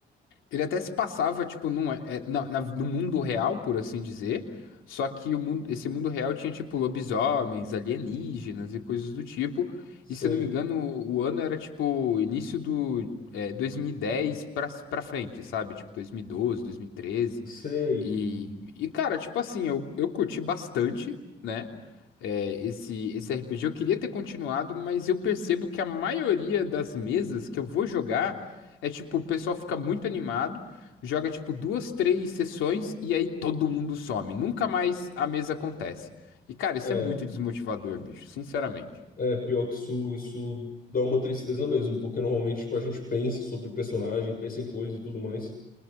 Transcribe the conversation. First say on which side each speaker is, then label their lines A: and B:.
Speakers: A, on the left; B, on the left.
A: Ele até se passava, tipo, num, é, é, na, na- no mundo real, por assim dizer. Só que o mundo, esse mundo real tinha, tipo, lobisomens, alienígenas e coisas do tipo.
B: Sei,
A: E se eu não me engano, o ano era, tipo, início do é, 2010 pra, pra frente, sabe? Tipo, 2012, 2013.
B: sei.
A: E, e cara, tipo assim, eu, eu curti bastante, né? é, esse, esse RPG. Eu queria ter continuado, mas eu percebo que a maioria das mesas que eu vou jogar é tipo, o pessoal fica muito animado, joga tipo duas, três sessões e aí todo mundo some. Nunca mais a mesa acontece. E cara, isso
B: É,
A: é muito desmotivador, bicho, sinceramente.
B: é pior que isso, isso dá uma tristeza mesmo, porque normalmente, tipo, a gente pensa sobre o personagem, pensa em coisa e tudo mais.